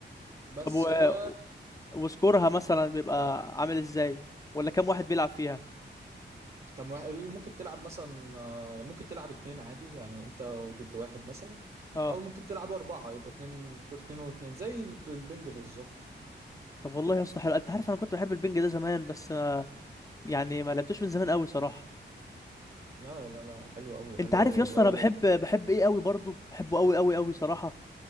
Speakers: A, on the right (about 50°); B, on the left (about 15°).
A: بس
B: طب و...
A: هو
B: وسكورها مثلا بيبقى
A: كم
B: عامل ازاي ولا كام واحد بيلعب فيها
A: كم واحد ممكن تلعب مثلا آه، ممكن تلعب اتنين عادي يعني انت ضد واحد مثلا
B: اه
A: او ممكن تلعب اربعة يبقوا اتنين كور اتنين واتنين زي الب- البنج بالظبط
B: طب والله يا اسطى حلو انت عارف انا كنت بحب البنج ده زمان بس آه، يعني ما لعبتوش من زمان قوي صراحه
A: لا لا لا حلو قوي حلو
B: انت عارف
A: قوي
B: يا
A: والله
B: اسطى انا
A: هو
B: بحب بحب ايه قوي برضه بحبه قوي قوي قوي صراحه